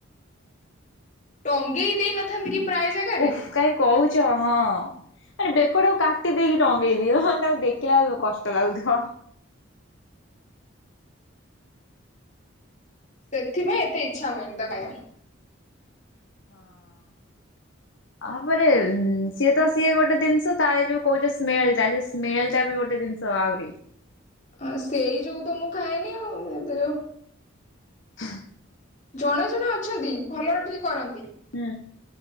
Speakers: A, on the left (about 35°); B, on the left (about 70°).
A: ଟଙ୍ଗେଇ ଦେଇନଥାନ୍ତି କି ପ୍ରାୟ। ଜାଗାରେ
B: ଉଫ୍ କାହିଁ କହୁଛ ହଁ। ମାନେ ବେକଟକୁ କାଟି ଦେଇକି ଟଙ୍ଗେଇ ଦିଅ ତାଙ୍କୁ ଦେଖିଲା କୁ କଷ୍ଟ ଲାଗୁଥିବ।
A: ସେଥିପାଇଁ ଏତେ ଇଚ୍ଛା ହୁଏନି ତାକୁ ଖାଇବାକୁ।
B: ହଁ। ତାପରେ ସିଏ ତ ସିଏ ଗୋଟେ ଜିନିଷ ତାର ଯୋଉ କହୁଛ ସ୍ମେଲ୍ ଟା ସେ ସ୍ମେଲ୍ ଟା ବି ଗୋଟେ ଜିନିଷ। ତ ଆହୁରି।
A: ହଁ ସେଇ ଯୋଗୁ ତ ମୁଁ ଖାଏନି ଆଉ ଏତେ ଯୋଉ।
B: ହୁଁ।
A: ଜଣେ ଜଣେ ଅଛନ୍ତି ଭଲରେ ଟିକେ କରନ୍ତି।
B: ହୁଁ